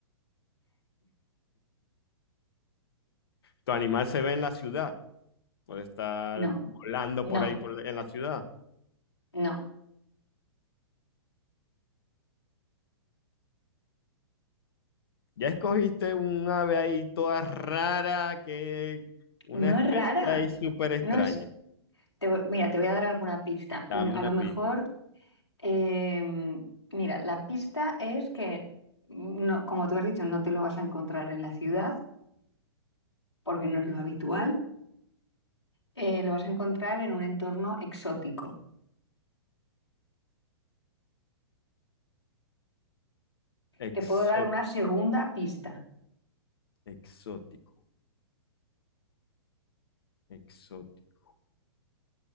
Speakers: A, on the left (about 60°); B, on the left (about 80°).
A: Tu animal se ve en la ciudad. Puede estar
B: No.
A: volando
B: No.
A: por ahí por- en la ciudad.
B: No.
A: Ya escogiste un ave ahí toda rara, que una
B: No
A: especie
B: es rara.
A: ahí súper extraña.
B: No es. te voy- mira, te voy a dar alguna pista.
A: Dame
B: Mm, A
A: una
B: lo mejor
A: pista.
B: Em, mira, la pista es que, no, como tú has dicho, no te lo vas a encontrar en la ciudad, porque no es lo habitual, eh, lo vas a encontrar en un entorno exótico.
A: Exó-
B: Te puedo dar una segunda pista.
A: exótico, exótico.